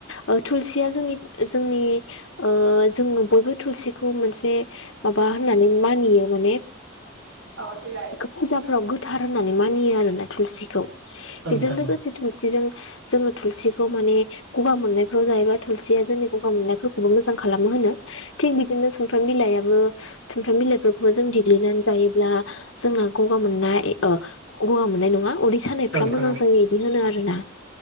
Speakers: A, on the left; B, on the right.
A: ओ थुलसिया जोंनि जोंनि ओ जों बयबो थुलसिखौ मोनसे माबा होननानै मानियो माने
B: <unintelligible>
A: फुजाफ्राव गोथार होननानै मानियो आरो ना थुलसिखौ
B: औ
A: बेजों
B: नोंथां
A: लोगोसे
B: औ
A: थुलसिजों जोंङो थुलसिखौ माने गगा मोननायफ्राव जायोैबा थुलसिया जोंनि गगा मोननायफोरखौबो मोजां खालामो होनो। थिग बिदिनो सुमफ्राम बिलाइयाबो सुमफ्राम बिलाइफोरखौबो जों देग्लिनानै जायोब्ला जोंना गगा मोननाय ओ गगा मोननाय नंङा। उदै सानायफ्रा
B: औ नोंथां
A: मोजां
B: औ
A: जायो इदि होनो आरो ना।